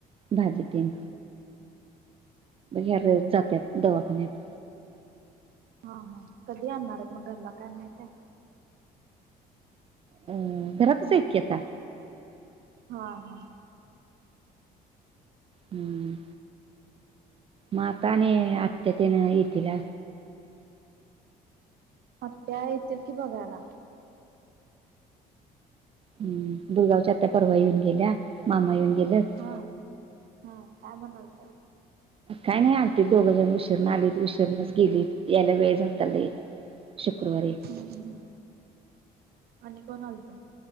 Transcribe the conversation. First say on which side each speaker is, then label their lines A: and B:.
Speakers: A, on the right; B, on the right.
A: भाजीतीलन बर जातात दवाखान्यात
B: हा हा कधी आणणार आहेत मग घरला काय माहित आहे
A: अ घरातच ऐक आता
B: हा हा
A: हम् माता आणि आत्यातेन येतीलला
B: आत्या येतील की बघायला
A: हम् गुरगावच्या आ परवा येऊन गेल्या मामा येऊन गेलेत
B: हा हा काय म्हणालत्या मग
A: काय नाही आलतीत दोघं जण उशीरण आलीत उशीरणच गेलीत यायला वेळ झाला शुक्रवारी
B: हम्म हम्म आणि कोण आलत